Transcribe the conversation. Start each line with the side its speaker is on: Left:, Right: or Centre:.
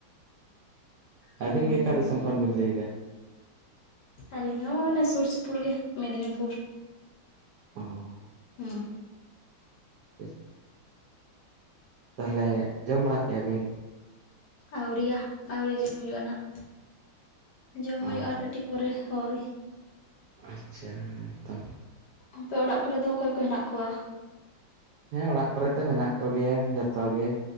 Left: ᱦᱩᱸ
Right: ᱟᱹᱵᱤᱱ ᱜᱮ ᱚᱠᱟ ᱫᱤᱥᱚᱢ ᱠᱷᱚᱱ ᱵᱤᱱ ᱞᱟᱹᱭᱫᱟ?
Left: ᱟᱹᱞᱤᱧ ᱦᱚᱸ ᱚᱱᱮ ᱥᱩᱨ ᱥᱩᱯᱩᱨ ᱜᱮ ᱢᱮᱫᱽᱱᱤᱯᱩᱨ᱾
Right: ᱚ <unintelligible>
Left: ᱦᱩᱸ
Right: <unintelligible> ᱛᱮᱭ ᱛᱟᱦᱞᱮ ᱡᱚᱢ ᱵᱟᱲᱟ ᱠᱮᱜᱼᱟ ᱵᱤᱱ?
Left: ᱟᱹᱣᱨᱤᱭᱟ ᱟᱹᱣᱨᱤ ᱡᱚᱢ ᱦᱩᱭᱩᱜᱼᱟ ᱱᱟᱦᱜ ᱡᱚᱢ
Right: ᱚ
Left: ᱦᱩᱭᱩᱜᱼᱟ ᱟᱨ ᱠᱟᱹᱴᱤᱡ ᱯᱚᱨᱮ᱾ ᱦᱳᱭ
Right: ᱟᱪᱪᱷᱟ ᱦᱮᱸᱛᱚ
Left: ᱟᱯᱮ ᱚᱲᱟᱜ ᱠᱚᱨᱮ ᱫᱚ ᱚᱠᱚᱭ ᱠᱚ ᱦᱮᱱᱟᱜ ᱠᱚᱣᱟ?
Right: ᱦᱮᱸ ᱚᱲᱟᱜ ᱠᱚᱨᱮ ᱫᱚ ᱢᱮᱱᱟᱜ ᱠᱚᱜᱮᱭᱟ ᱡᱷᱚᱛᱚ ᱜᱮ᱾